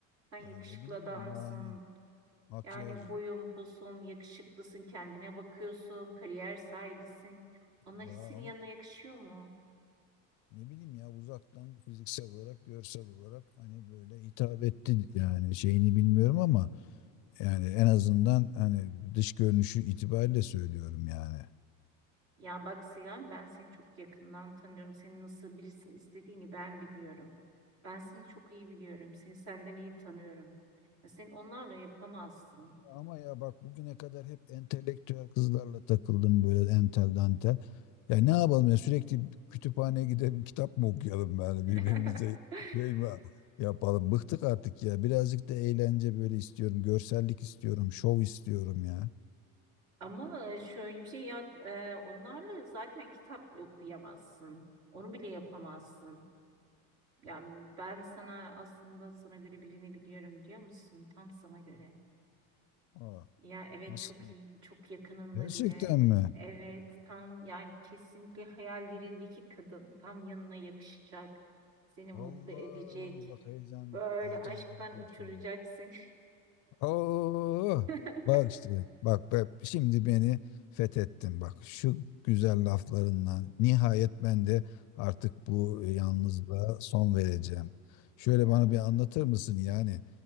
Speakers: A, on the right; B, on the left.
A: Sen yakışıklı
B: Ya ne bileyim
A: adamsın.
B: yani makyaj
A: Yani boyun posun, yakışıklısın, kendine bakıyorsun, kariyer sahibisin. Onlar
B: ya
A: senin
B: ama
A: yanına yakışıyor mu?
B: ne bileyim ya uzaktan fiziksel olarak görsel olarak hani böyle hitap etti yani şeyini bilmiyorum ama yani en azından hani dış görünüşü itibariyle söylüyorum yani.
A: Ya bak Sinan ben seni çok yakından tanıyorum. Senin nasıl birisini istediğini ben biliyorum. Ben seni çok iyi biliyorum. Seni senden iyi tanıyorum. Ya sen onlarla yapamazsın.
B: Ama ya bak bugüne kadar hep entelektüel kızlarla takıldım böyle entel dantel. Ya ne yapalım ya sürekli kütüphaneye gidelim kitap mı okuyalım yani
A: <laughs>
B: birbirimize şey mi yapalım. Bıktık artık ya birazcık da eğlence böyle istiyorum görsellik istiyorum şov istiyorum ya.
A: Ama e, şöyle bir şey ya e, onlarla zaten kitap bile okuyamazsın. Onu bile yapamazsın. Yani ben sana aslında sana göre birini biliyorum biliyor musun? Tam sana göre.
B: Aa,
A: Ya evet
B: nasıl?
A: çok iyi, çok yakınında
B: Gerçekten
A: biri.
B: mi?
A: Evet tam yani kesinlikle hayallerindeki kadın tam yanına yakışacak. Seni mutlu
B: Allah
A: edecek.
B: bak heyecan
A: Böyle
B: heyecan
A: aşktan
B: duydum
A: uçuracak
B: şimdi.
A: seni.
B: Oo,
A: <laughs>
B: bak işte bak, bak şimdi beni fethettin bak şu güzel laflarından nihayet ben de artık bu yalnızlığa son vereceğim. Şöyle
A: Ya
B: bana bir anlatır mısın yani